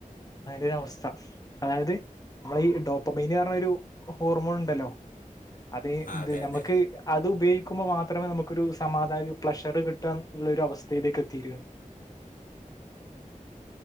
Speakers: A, on the left (about 25°); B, on the left (about 70°).
A: അങ്ങനൊരു അവസ്ഥ അതായത് നമ്മളെ ഈ ഡോപ്പമെയിന് പറഞ്ഞൊരു ഒരു ഹോർമോൺ ഉണ്ടല്ലോ അത്
B: ആ അതെ
A: നമുക്ക്
B: അതെ
A: അത് ഉപയോഗിക്ക കുമ്പോ മാത്രമേ നമുക്കൊരു സമാധാന പ്ലഷറ് കിട്ടാന്നുള്ള ഒരു അവസ്ഥയിലേക്ക് എത്തിയിരിക്കുന്നു <unintelligible>